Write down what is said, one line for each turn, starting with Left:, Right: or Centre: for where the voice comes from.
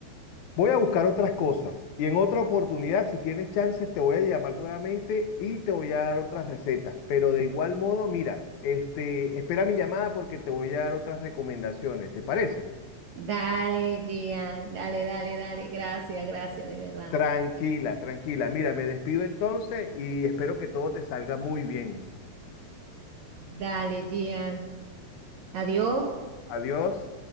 Left: Voy a buscar otras cosas y en otra oportunidad, si tienes chances, te voy a llamar nuevamente y te voy a dar otras recetas. Pero de igual modo, mira, este, espera mi llamada porque te voy a dar otras recomendaciones. ¿Te parece?
Right: Dale, Gian, dale, dale, dale, gracias, gracias, de verdad.
Left: Tranquila, tranquila. Mira, me despido entonces y espero que todo te salga muy bien.
Right: Dale, Gian, adiós.
Left: Adiós.